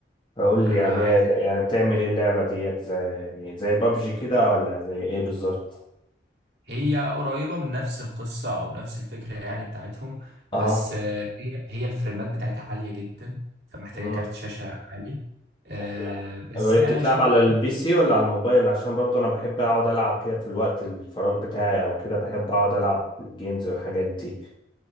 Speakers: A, on the left; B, on the right.
A: قول لي
B: انا
A: عليها
B: عايزك
A: يعني بتعمل ايه اللعبة ديت زي زي بابجي كده ولا زي ايه بالظبط
B: هي قريبه من نفس القصه او نفس الفكره يعني بتاعتهم بس
A: اه
B: آه، هي هي الفريمات بتاعتها عاليه جدا فمحتاجه
A: مم.
B: كارت شاشه عالي آه،
A: لا.
B: بس
A: وهي
B: يعني
A: بتتلعب
B: عشان
A: على البي سي ولا على الموبايل عشان برضو انا بحب اقعد العب كده في الوقت الفراغ بتاعي او كده بحب اقعد العب الجيمز والحاجات دي